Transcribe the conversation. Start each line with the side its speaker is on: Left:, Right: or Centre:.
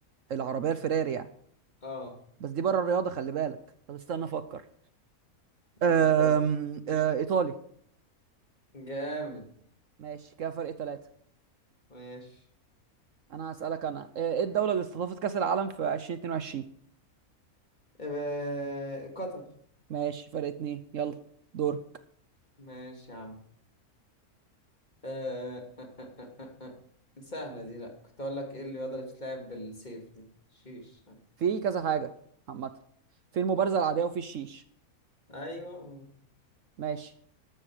Right: العربية الفراري يعني
Left: آه
Right: بس دي بره الرياضة خلي بالك طب استنى أفكر أم...
Left: آه، أنت قلت لي الرياض.
Right: آه، إيطالي
Left: جامد
Right: ماشي كده فرق ثلاثة
Left: ماشي
Right: أنا هسألك أنا آه، إيه الدولة اللي استضافت كأس العالم في 2022
Left: آه، قطر
Right: ماشي فرق اتنين يلا دورك
Left: ماشي يا عم آه، آه، آه، آه، آه. آه، آه. سهلة دي لأ كنت أقول لك إيه الرياضة اللي بتتلعب بالسيف دي شيش
Right: في كذا حاجة عامة في المبارزة العادية وفي الشيش
Left: أيوه
Right: ماشي